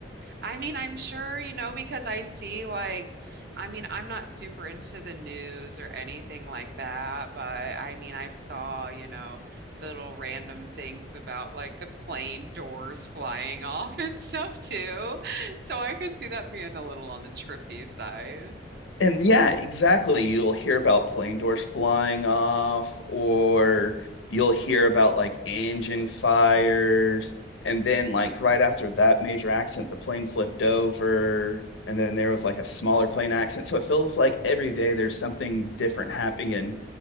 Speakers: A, on the right; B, on the left.
A: I mean, I'm sure, you know, because I see like, I mean, I'm not super into the news or anything like that, but I mean, I've saw, you know, little random things about like the plane doors flying <laughs> off and stuff too. So I could see that being a little on the trippy side.
B: And yeah, exactly. You'll hear about plane doors flying off, or you'll hear about like engine fires. And then, like, right after that major accident, the plane flipped over. And then there was like a smaller plane accident. So it feels like every day there's something different happening in